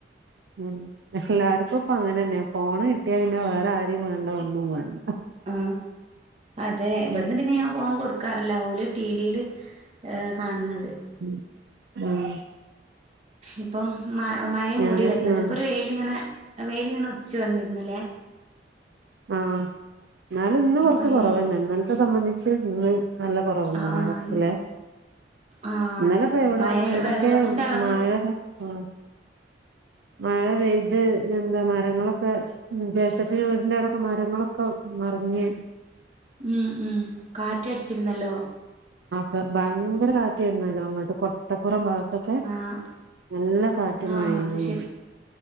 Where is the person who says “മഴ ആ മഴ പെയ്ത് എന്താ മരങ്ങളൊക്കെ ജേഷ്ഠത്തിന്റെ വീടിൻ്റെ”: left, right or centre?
Right